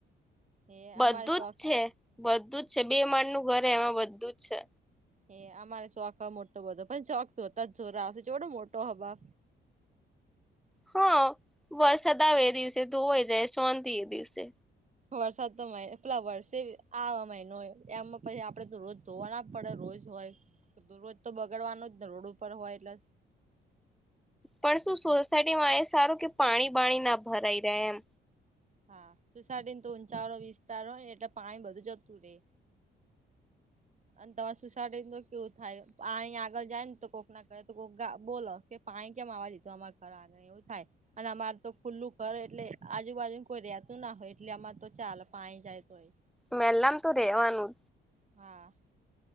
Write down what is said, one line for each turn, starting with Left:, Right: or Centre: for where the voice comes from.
Right: એ
Centre: બધું
Right: અમારે શોખ
Centre: જ છે બધું જ છે બે માળ નું ઘરે એમાં બધું જ છે.
Right: હ અમારે શોખ હ મોટો બધો પણ શોખ જોતા જ જો હશે જોડો મોટો હવા.
Centre: હા વરસાદ આવે એ દિવસે ધોવાઈ જાય શોંતિ એ દિવસે
Right: વરસાદ તો મહિ પેલા વરષ આ મહિનો હોય એમાં પછી આપડે તો રોજ ધોવા ના પડે રોજ હોય રોજ તો બગાડવાનો જ ને રોડ ઉપર હોય એટલે
Centre: પણ શું સોસાયટીમાં એ સારું કે પાણી બાણી ના ભરાઈ રહે એમ
Right: હા સુોસાયટી ને તો ઊંચા વાળો વિસ્તાર હોય ને એટલે પાણી બધું જતું રહેે. અને તમારે સુસડીો કેવું થાય અહી આગળ જાય ને તો કોક ના કે તો કોઈક બોલો કે પાણી કેમ આવવા લીધું અમારે ઘર આ એવું થાય. અને અમારે તો ખુલ્લું કરર એટલે આજુબાજુને કોઈ રતું ના હોય એટલે અમાર તો ચાલ પાણી જાય હોય.
Centre: મેહેલામ તું રહેવાનું.
Right: હા.